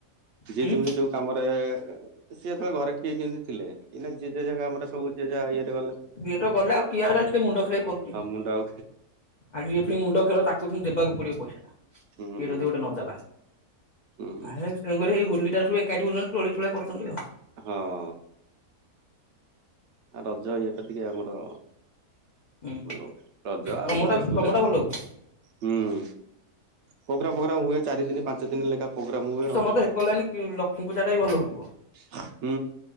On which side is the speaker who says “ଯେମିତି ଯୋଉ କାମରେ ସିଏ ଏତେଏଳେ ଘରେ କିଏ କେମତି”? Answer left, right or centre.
Right